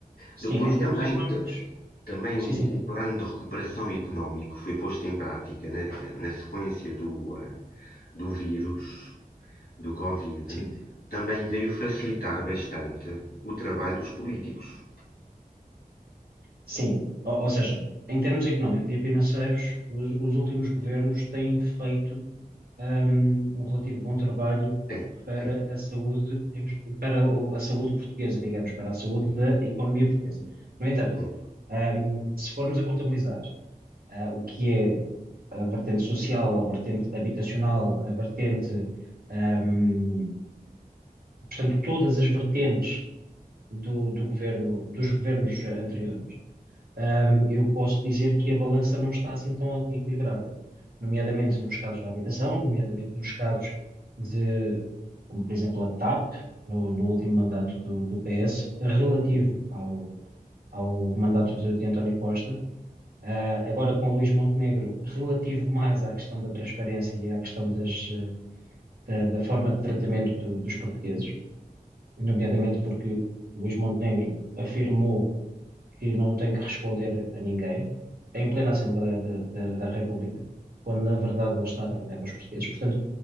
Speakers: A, on the right; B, on the left.
A: sim,
B: Depois
A: em termos
B: também,
A: económicos,
B: também
A: sim,
B: o,
A: sim,
B: o plano de recuperação económico foi posto em prática na, na sequência do, eh, do vírus, do Covid,
A: Sim.
B: também veio facilitar bastante o trabalho dos políticos.
A: sim. Ou, ou seja, em termos económicos e financeiros, os, os últimos governos têm feito um, um relativo bom trabalho
B: É,
A: para
B: é,
A: a saúde, em Port- para o- a saúde portuguesa, digamos, para a saúde
B: é,
A: da economia portuguesa. No entanto,
B: é.
A: um, se formos a contabilizar, ah, o que é a vertente social, a vertente habitacional, a vertente, um, portanto, todas as vertentes do, do governo, dos governos ah, anteriores, hum, eu posso dizer que a balança não está assim tão equilibrada, nomeadamente nos casos da habitação, nomeadamente nos casos de, como por exemplo a TAP, no, no último mandato do, do PS, relativo ao, ao mandato de, de António Costa, ah, agora com Luís Montenegro, relativo mais à questão da transparência e à questão das, eh, da, da forma de tratamento do- dos portugueses, nomeadamente porque Luís Montenegro afirmou que não tem que responder a ninguém, em plena Assembleia da, da- da República, quando na verdade ele está a trabalhar para os portugueses. Portanto,